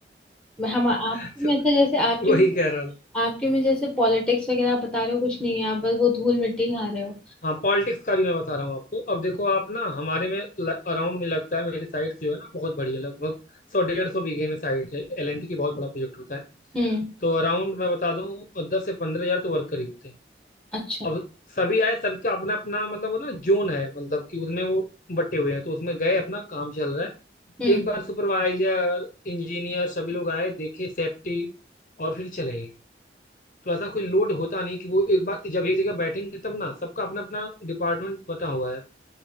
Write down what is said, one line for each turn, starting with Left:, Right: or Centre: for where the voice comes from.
Centre: है हम आपके
Left: <laughs> तो
Centre: में ऐसे जैसे आपके
Left: वही कह रहा था
Centre: आपके में जैसे पॉलिटिक्स वगैरह आप बता रहे हो कुछ नहीं है आप बस वो धूल मिट्टी खा रहे हो
Left: हाँ पॉलिटिक्स का भी मैं बता रहा हूँ आपको अब देखो आप ना हमारे में अराउंड में लगता है मेरी साइट जो है ना बहुत बड़ी है लगभग सौ डेढ़ सौ बीघे में साइट है एलएनटी की बहुत बड़ा प्रोजेक्ट होता है
Centre: हम्म
Left: तो अराउंड मैं बता दूँ दस से पंद्रह हजार तो वर्कर ही होते हैं
Centre: अच्छा
Left: अब सभी आए सबका अपना अपना मतलब वो ना जोन है मतलब कि उसमें वो बटे हुए हैं तो उसमें गए अपना काम चल रहा है
Centre: हम्म
Left: एक बार सुपरवाइजर इंजीनियर सभी लोग आए देखे सेफ्टी और फिर चले गए तो ऐसा कोई लोड होता नहीं कि वो एक बार जब एक जगह बैठेंगे तब ना सबका अपना अपना डिपार्टमेंट बटा हुआ है